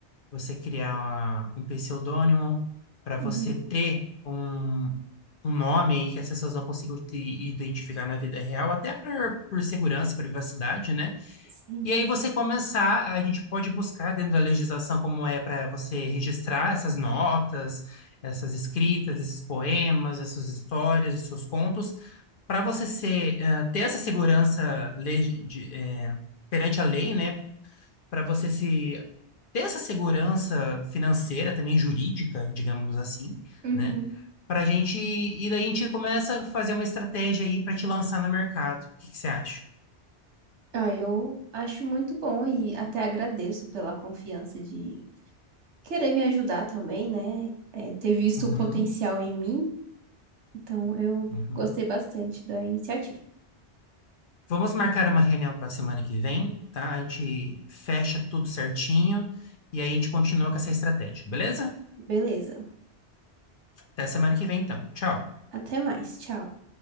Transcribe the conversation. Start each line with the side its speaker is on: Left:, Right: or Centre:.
Left: você criar um pseudônimo, para você
Right: Uhum.
Left: ter um, um nome aí que as pessoas não consigam te identificar na vida real, até por, por segurança e privacidade, né?
Right: Sim.
Left: E aí você começar, a gente pode buscar dentro da legislação como é para você registrar essas notas, essas escritas, esses poemas, essas histórias, esses seus contos, para você ser, eh, ter essa segurança legi- de, eh, perante a lei, né? para você se ter essa segurança financeira, também jurídica, digamos assim,
Right: Uhum.
Left: né? Para gente, e daí a gente começa a fazer uma estratégia aí para te lançar no mercado. O que que você acha?
Right: Ah, eu acho muito bom e até agradeço pela confiança de querer me ajudar também, né? É, ter visto
Left: Uhum,
Right: o potencial em mim. Então, eu
Left: uhum.
Right: gostei bastante da iniciativa.
Left: Vamos marcar uma reunião para a semana que vem, tá? A gente fecha tudo certinho e aí a gente continua com essa estratégia, beleza?
Right: Beleza.
Left: Até semana que vem, então. Tchau.
Right: Até mais. Tchau.